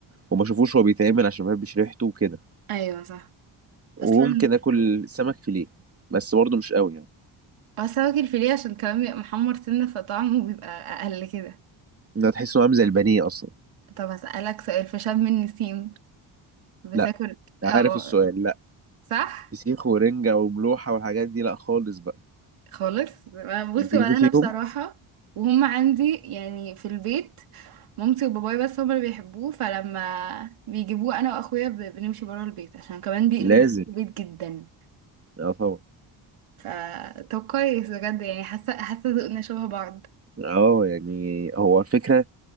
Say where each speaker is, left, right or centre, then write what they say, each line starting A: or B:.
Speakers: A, on the right; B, on the right.
A: وما اشوفوش هو بيتعمل عشان ما بحبش ريحته وكده
B: ايوه صح
A: وممكن
B: اصلا
A: اكل سمك فيليه بس برضه مش قوي يعني
B: هو السمك الفيليه عشان كمان بيبقى محمر سنة فطعمه بيبقى اقل كده
A: ده تحسه عامل زي البانيه اصلا
B: طب هسألك سؤال في شم النسيم بتاكل
A: لا عارف
B: اه
A: السؤال لا
B: صح
A: فسيخ ورنجة وملوحة والحاجات دي لا خالص بقى
B: خالص ما- بصي
A: انت ليكي
B: ولا
A: فيهم
B: انا بصراحة وهم عندي يعني في البيت مامتي وباباي بس هم اللي بيحبوه فلما بيجيبوه انا واخويا ب- بنمشي برا البيت عشان كمان بيقلب
A: لازم
B: البيت جدا
A: اه طبعا
B: ف طب كويس بجد يعني حاسه حاسه ذوقنا شبه بعض
A: اه يعني هو الفكره